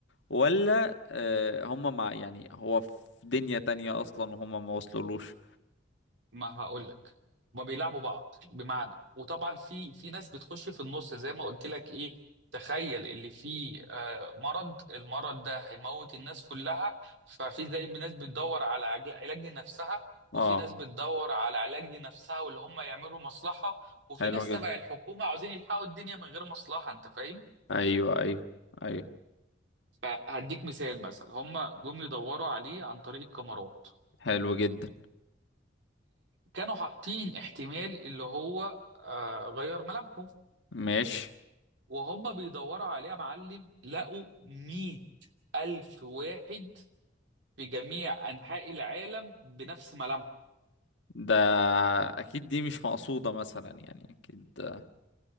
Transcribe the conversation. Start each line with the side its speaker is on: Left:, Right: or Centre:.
Left: ولا آه هم مع يعني هو في دنيا تانية أصلا وهم ما وصلولوش
Right: ما هقول لك ما بيلعبوا بعض بمعنى وطبعا في في ناس بتخش في النص زي ما قلت لك ايه تخيل اللي فيه آه، مرض المرض ده هيموت الناس كلها ففي زي ناس بتدور على عجل- علاج لنفسها
Left: اه
Right: وفي ناس بتدور على علاج لنفسها واللي هم يعملوا مصلحة وفي
Left: حلو
Right: ناس
Left: جدا
Right: تبع الحكومة عاوزين يلحقوا الدنيا من غير مصلحة انت فاهم
Left: أيوه أيوه أيوه
Right: فهديك مثال مثلا هم جم يدوروا عليه عن طريق الكاميرات
Left: حلو جدا
Right: كانوا حاطين احتمال اللي هو آه، غير ملامحه
Left: ماشي
Right: وهم بيدوروا عليه يا معلم لقوا 100 ألف واحد في جميع أنحاء العالم بنفس ملامحه
Left: ده أكيد دي مش مقصودة مثلا يعني أكيد آه،